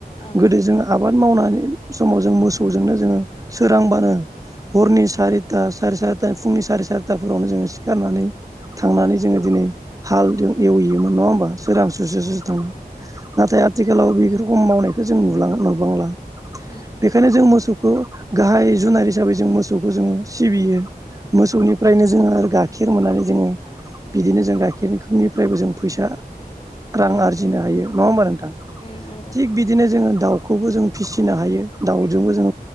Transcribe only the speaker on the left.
औ
उम
औ
उम
औ
उम नंगौ